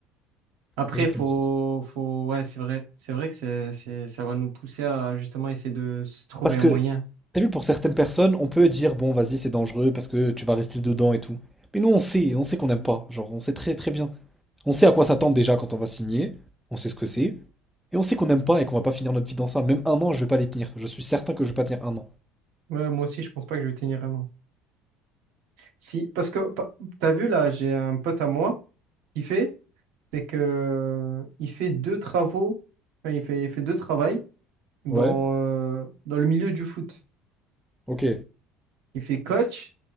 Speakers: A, on the right; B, in the centre.
A: Après
B: J'y pense.
A: faut, faut, ouais c'est vrai, c'est vrai que c'est, c'est, ça va nous pousser à justement essayer de se trouver
B: Parce
A: un
B: que
A: moyen.
B: T'as vu, pour certaines personnes, on peut dire, bon, vas-y, c'est dangereux parce que tu vas rester dedans et tout. Mais nous, on sait, on sait qu'on n'aime pas. Genre, on sait très très bien. On sait à quoi s'attendre déjà quand on va signer. On sait ce que c'est. Et on sait qu'on n'aime pas et qu'on va pas finir notre vie dans ça. Même un an, je vais pas les tenir. Je suis certain que je vais pas tenir un an.
A: Ouais, moi aussi je pense pas que je vais tenir un an. Si, parce que pa- t'as vu là, j'ai un pote à moi qui fait, c'est que il fait deux travaux, enfin, il fait, il fait deux travails dans,
B: Ouais,
A: euh, dans le milieu du foot.
B: ok.
A: Il fait coach